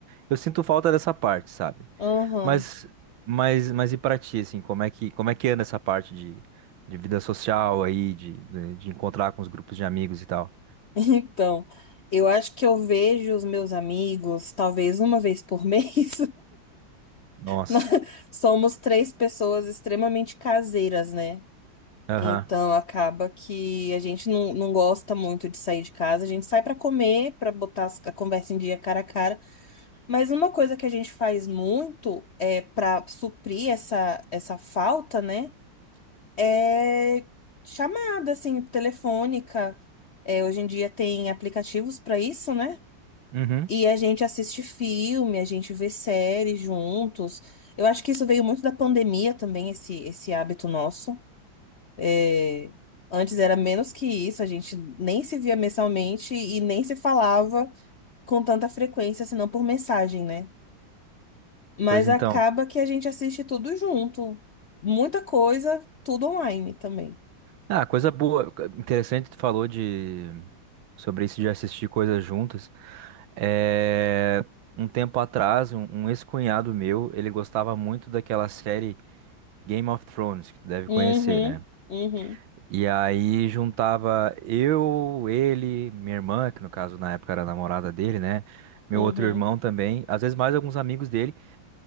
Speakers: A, on the right (about 80°); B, on the left (about 60°).
A: eu sinto falta dessa parte, sabe?
B: uhum.
A: Mas, mas, mas e pra ti, assim, como é que, como é que anda essa parte de, de vida social aí, de, de, de encontrar com os grupos de amigos e tal?
B: <laughs> Então, eu acho que eu vejo os meus amigos talvez uma vez por mês.
A: Nossa.
B: <laughs> Somos três pessoas extremamente caseiras, né?
A: Aham.
B: Então acaba que a gente não, não gosta muito de sair de casa. A gente sai pra comer, pra botar as- a conversa em dia cara a cara. Mas uma coisa que a gente faz muito é para suprir essa, essa falta, né? É chamada assim telefônica. É, hoje em dia tem aplicativos pra isso, né?
A: Uhum.
B: E a gente assiste filme, a gente vê séries juntos. Eu acho que isso veio muito da pandemia também, esse, esse hábito nosso. É, antes era menos que isso, a gente nem se via mensalmente e nem se falava com tanta frequência, senão por mensagem, né? Mas
A: Pois
B: acaba
A: então.
B: que a gente assiste tudo junto. Muita coisa, tudo online também.
A: Ah, coisa boa. Interessante, tu falou de sobre isso de assistir coisas juntas. É, Um tempo atrás, um, um ex-cunhado meu, ele gostava muito daquela série Game of Thrones, que tu deve
B: Uhum,
A: conhecer, né?
B: uhum,
A: E aí juntava eu, ele, minha irmã, que no caso na época era a namorada dele, né? Meu
B: uhum,
A: outro irmão também, às vezes mais alguns amigos dele,